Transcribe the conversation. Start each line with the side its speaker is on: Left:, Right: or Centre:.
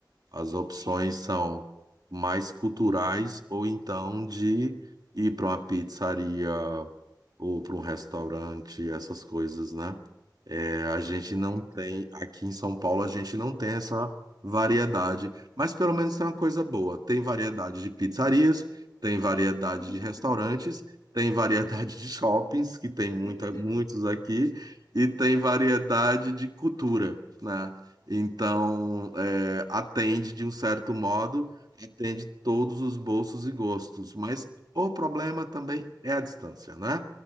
Right: as opções são mais culturais ou então de ir para uma pizzaria ou para um restaurante, essas coisas, né? É, a gente
Left: Verdade.
Right: não tem, aqui em São Paulo, a gente não tem essa variedade, mas pelo menos tem uma coisa boa: tem variedade de pizzarias, tem variedade
Left: Uhum.
Right: de restaurantes, tem variedade de shoppings, que tem muita,
Left: <laughs>
Right: muitos aqui, e tem variedade de cultura, né? Então, é, atende de um certo modo, atende todos os bolsos e gostos, mas o problema também é a distância, né?